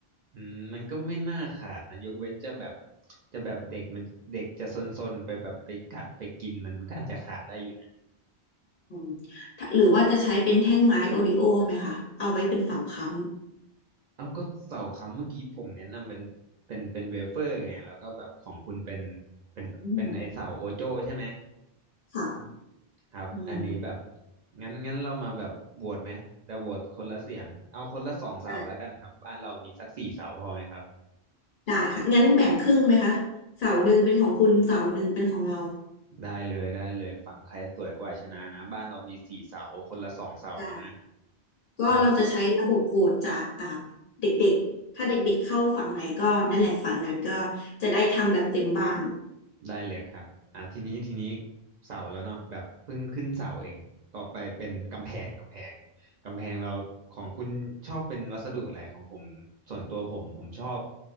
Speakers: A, on the right; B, on the left.
A: อืมมันก็ไม่น่าขาดนะยกเว้นจะแบบจะแบบเด็กมันเด็กจะซนๆไปแบบไปกัดไปกินมันมันก็อาจจะขาดได้อยู่นะ
B: อืมถ้าหรือว่าจะใช้เป็นแท่งไม้โอริโอไหมคะเอาไว้เป็นเสาค้ำ
A: เอาก็เสาค้ำเมื่อกี้ผมแนะนำเป็นเป็นเป็นเวเฟอร์ไงแล้วก็แบบของคุณเป็นเป็นเป็นไอเสาโอโจ้ใช่ไหม
B: อืมค่ะ
A: ครับอันนี้แบบ
B: อืม
A: งั้นงั้นเรามาแบบโหวตไหมแต่โหวตคนละเสียงเอาคนละสองเสาแล้วกันครับบ้านเรามีสักสี่เสาพอไหมครับ
B: ได้ได้ค่ะงั้นแบ่งครึ่งไหมคะเสาหนึ่งเป็นของคุณเสาหนึ่งเป็นของเรา
A: ได้เลยได้เลยฝั่งใครสวยกว่าชนะนะบ้านเรามีสี่เสาคนละสองเสาแล้วนะ
B: ได้ก็เราจะใช้ระบบโหวตจากอ่า
A: ครับ
B: เด็กๆถ้าเด็กๆเข้าฝั่งไหนก็นั่นแหละฝั่งนั้นก็จะได้ทำแบบเต็มบ้าน
A: ได้เลยครับอ่ะทีนี้ทีนี้เสาแล้วเนาะแบบเพิ่งขึ้นเสาเองต่อไปเป็นกำแพงกำแพงกำแพงเราของคุณชอบเป็นวัสดุอะไรของผมส่วนตัวผมผมชอบ